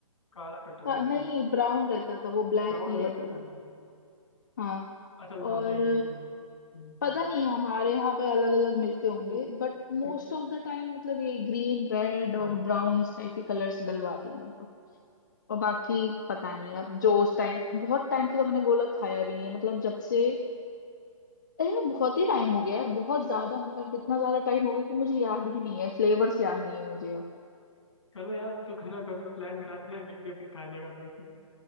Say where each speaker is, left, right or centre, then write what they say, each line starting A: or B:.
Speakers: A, on the left; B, on the left.
A: काला खट्टा ऑरेंज
B: का- नहीं ब्राउन रहता था वो ब्लैक
A: ब्राउन
B: नहीं
A: अलग
B: रहता
A: तो-
B: था हाँ
A: अच्छा मतलब
B: और
A: दोनों एक ही हुई हम्म,
B: पता नहीं हमारे यहाँ पे अलग अलग मिलते होंगे
A: ठीक है
B: but most
A: ठीक है
B: of the time मतलब ये ग्रीन रेड
A: हाँ
B: और ब्राउन इस टाइप के कलर्स डलवाते थे मतलब और बाकी पता नहीं अब जो उस टाइम बहुत टाइम से तो मैंने गोला खाया भी नहीं है मतलब जब से अरे यार बहुत ही टाइम हो गया यार बहुत ज्यादा मतलब इतना ज्यादा टाइम हो गया कि मुझे याद भी नहीं है फ्लेवर्स याद नहीं है मुझे अब
A: चलो यार तो खाना कभी प्लान बनाते हैं मिलके भी खाने का फिर